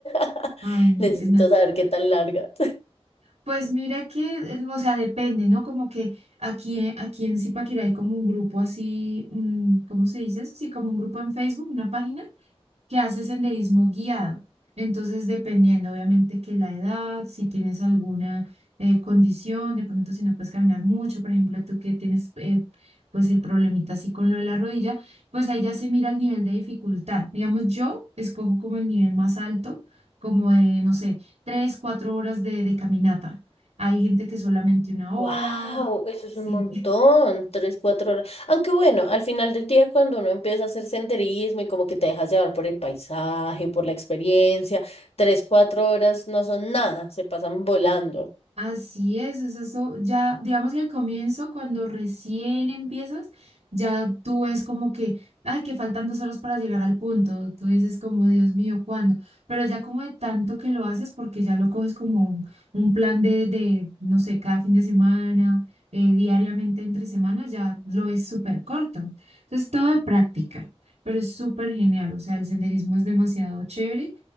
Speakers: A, on the left; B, on the right.
A: <laughs>
B: Ay, no
A: necesito
B: tenaz.
A: saber qué tan largas.
B: Pues mira que, eh, o sea, depende, ¿no? Como que aquí, eh, aquí en Zipaquirá hay como un grupo así, mm, ¿cómo se dice eso? Así como un grupo en Facebook, una página que hace senderismo guiado. Entonces, dependiendo obviamente que la edad, si tienes alguna eh, condición, de pronto si no puedes caminar mucho, por ejemplo, tú que tienes eh, pues el problemita así con lo de la rodilla, pues ahí ya se mira el nivel de dificultad. Digamos, yo escojo como el nivel más alto, como de, no sé, tres, cuatro horas de, de caminata. Hay gente que solamente una
A: Wow,
B: hora,
A: eso
B: sí.
A: es un montón, tres, cuatro horas. Aunque bueno, al final del día cuando uno empieza a hacer senderismo y como que te dejas llevar por el paisaje, por la experiencia, tres, cuatro horas no son nada, se pasan volando.
B: Así es, es eso, ya digamos que al comienzo, cuando recién empiezas, ya tú ves como que, ay, que faltan dos horas para llegar al punto, tú dices como, Dios mío, ¿cuándo? Pero ya como de tanto que lo haces, porque ya lo coges como un, un plan de, de, no sé, cada fin de semana, eh, diariamente entre semanas, ya lo ves súper corto. Entonces, todo de práctica, pero es súper genial, o sea, el senderismo es demasiado chévere